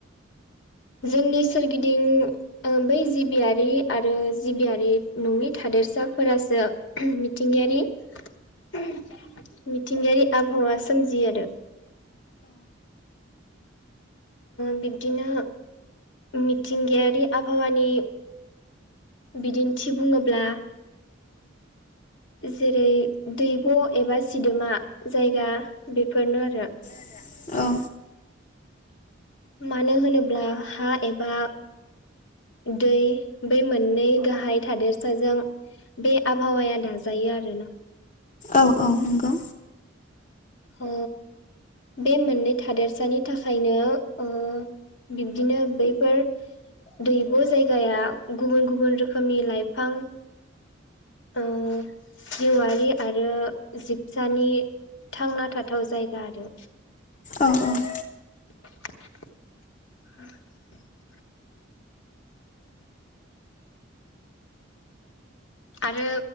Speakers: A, on the left; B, on the left.
A: जोंनि सोरगिदिं बै जिबियारि आरो जिबियारि नङै था देरसाफोरासो मिथिंगायारि मिथिंगायारि आब'हावाआ सोमजियो आरो। बिब्दिनो मिथिंगायारि आबहावानि बिदिन्थि बुङोब्ला जेरै- दैब' एबा सिदोमा जायगा बेफोरनो आरो।
B: आरो औ
A: मानो होनोब्ला हा एबा दै बै मोननै गाहाय थादेरसाजों बे आबहावाया दाजायो आरोना
B: औ औ नंगौ।
A: ओ बे मोननै थादेरसानि थाखायनो ओ बिब्दिनो बैफोर दैब' जायगाया गुबुन गुबुन रोखोमनि लाइफां ओ जिवारि आरो जिबसानि थांना थाथाव जायगा आरो।
B: औ औ।
A: <inaudible> आरो